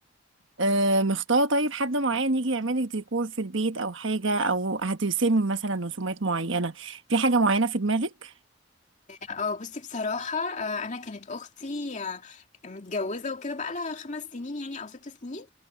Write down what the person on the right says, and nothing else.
آه مختارة طيب حد معين يجي يعملك ديكور في البيت او حاجة او هترسمي مثلا رسومات معينة في حاجة معينة في دماغك